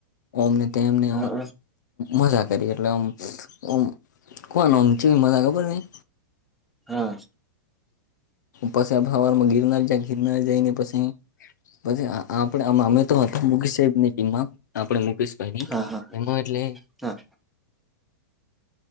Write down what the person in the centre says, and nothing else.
હા
હા
હા
હા